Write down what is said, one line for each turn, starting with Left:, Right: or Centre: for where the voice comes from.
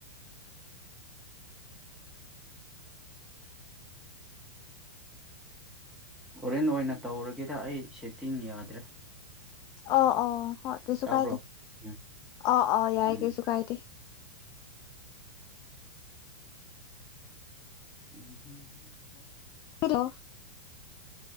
Centre: ꯍꯣꯔꯦꯟ ꯑꯣꯏꯅ ꯇꯧꯔꯒꯦꯗ ꯑꯩ ꯁꯦꯠꯇꯤꯡ ꯌꯥꯗ꯭ꯔꯦ
Left: ꯑꯣ ꯑꯣ ꯍꯣꯏ ꯀꯩꯁꯨ
Centre: ꯇꯥꯕ꯭ꯔꯣ
Left: ꯀꯥꯏꯗꯦ
Centre: ꯎꯝ
Left: ꯑꯣ ꯑꯣ ꯌꯥꯏꯌꯦ
Centre: ꯎꯝ
Left: ꯀꯩꯁꯨ ꯀꯥꯏꯗꯦ
Centre: <inaudible>
Left: <unintelligible>